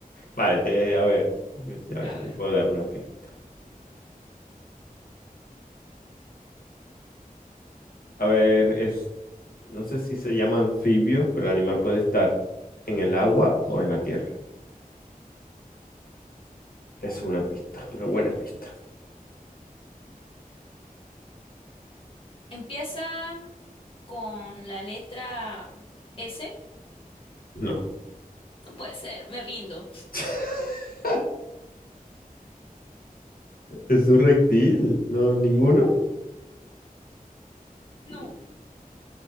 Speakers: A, on the left; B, on the left.
A: Vale, te, a ver. A ver
B: A
A: si te
B: ver.
A: puedo dar una pista. A ver, es. No sé si se llama anfibio, pero el animal puede estar en el agua o en la tierra. Es una pista, una buena pista.
B: Empieza con la letra S.
A: No.
B: No puede ser. Me rindo.
A: <laughs> Es un reptil, ¿no? ¿Ninguno?
B: No.
A: <laughs>